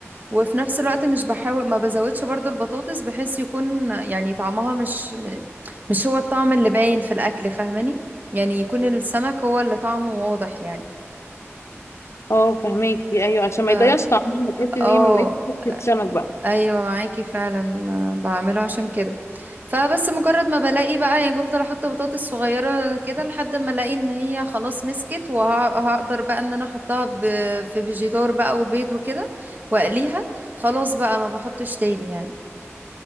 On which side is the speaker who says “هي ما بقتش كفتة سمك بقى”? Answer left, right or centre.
Left